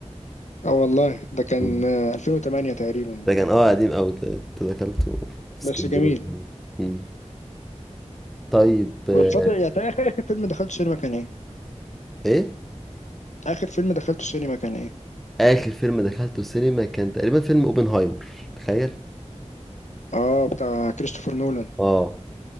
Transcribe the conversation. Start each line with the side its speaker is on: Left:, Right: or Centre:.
Left: اه والله ده كان
Centre: مم.
Left: آه، 2008 تقريبا
Centre: ده كان اه قديم قوي كده كنت دخلته في اسكندريه
Left: بس جميل
Centre: زمان. مم. طيب آه،
Left: والفترة يعني آخر آخر فيلم دخلته سينما كان ايه؟
Centre: ايه
Left: آخر فيلم دخلته سينما كان ايه؟
Centre: اخر فيلم دخلته السينما كان تقريبا فيلم اوبنهايمر تخيل
Left: اه بتاع كريستوفر نولان
Centre: اه